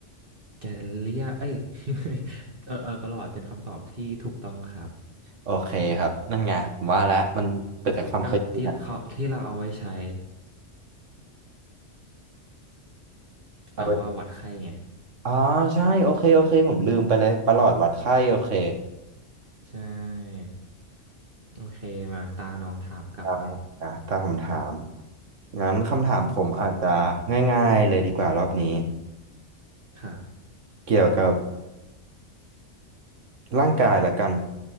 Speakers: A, on the right (about 45°); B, on the right (about 75°).
A: แกลเลียเอ้ย <laughs> เออเออประหลอดเป็นคำตอบที่ถูกต้องครับ
B: โอเคครับนั่นไงผมว่าแล้วมันเกิดจากความเคยชินอะ
A: ก็ที่เขาที่เราเอาไว้ใช้
B: เอาไว้
A: แบบว่าวัดไข้ไง
B: อ๋อใช่โอเคโอเคผมลืมไปเลยประหลอดวัดไข้โอเค
A: ใช่โอเคมาตาน้องถามกลับมั่ง
B: ได้ครับถ้าผมถามงั้นคำถามผมอาจจะง่ายๆเลยดีกว่ารอบนี้
A: ครับ
B: เกี่ยวกับร่างกายละกัน